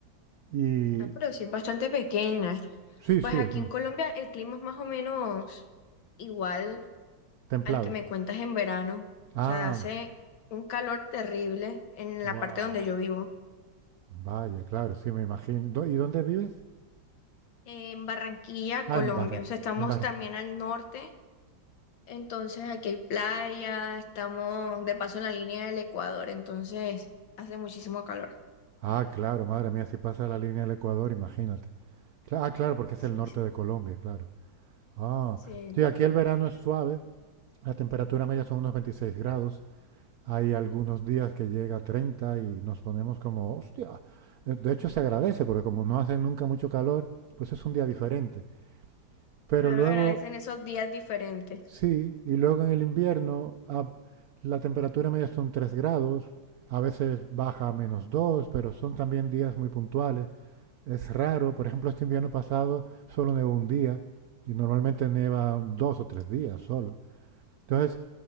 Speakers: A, on the right (about 90°); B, on the left (about 80°).
A: Y
B: ah, pero sí, es bastante pequeña.
A: sí,
B: Pues
A: sí, es
B: aquí
A: un-
B: en Colombia el clima es más o menos igual
A: templado.
B: al que me cuentas en verano.
A: Ah,
B: O sea, hace un calor terrible en
A: wow.
B: la parte donde yo vivo,
A: Vaya, claro, sí, me imagino. ¿Y dónde vives?
B: en Barranquilla,
A: Ah,
B: Colombia.
A: en Barranquilla.
B: O sea, estamos
A: En Barranquilla.
B: también al norte, entonces aquí hay playa, estamos de paso en la línea del Ecuador, entonces hace muchísimo calor.
A: Ah, claro, madre mía, si pasa la línea del Ecuador, imagínate. Cla- Ah, claro, porque es
B: Sí,
A: el norte
B: sí,
A: de Colombia, claro. Ah,
B: sí.
A: sí, aquí el verano es suave, la temperatura media son unos 26 grados, Hay algunos días que llega a 30 y nos ponemos como, hostia. Eh, De hecho, se agradece porque como no hace nunca mucho calor, pues es un día diferente. Pero
B: Claro,
A: luego,
B: agradecen esos días diferentes.
A: sí, y luego en el invierno a- la temperatura media son 3 grados, a veces baja a menos 2 pero son también días muy puntuales. Es raro, por ejemplo, este invierno pasado solo nevó un día y normalmente nieva dos o tres días solo. Entonces